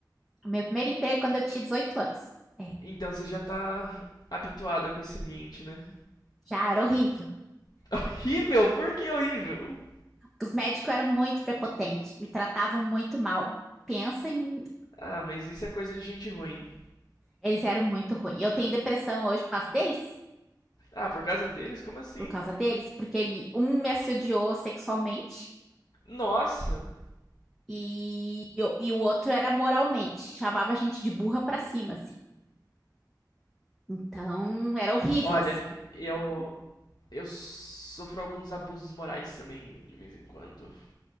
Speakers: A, in the centre; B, on the left.
A: O Meu primeiro emprego é quando eu tinha 18 anos. É,
B: Então você já tá habituada com esse ambiente, né?
A: já era horrível.
B: <laughs> Horrível? Por que horrível?
A: Os médicos eram muito prepotentes, me tratavam muito mal. Pensa em.
B: Ah, mas isso é coisa de gente ruim.
A: Eles eram muito ruins. Eu tenho depressão hoje por causa deles.
B: Ah, por causa deles? Como assim?
A: Por causa deles, porque ele, um me assediou sexualmente
B: Nossa!
A: e, e o outro era moralmente. Chamava a gente de burra pra cima, assim. Então, era horrível,
B: Olha,
A: assim.
B: eu. Eu sofro alguns abusos morais também, de vez em quando.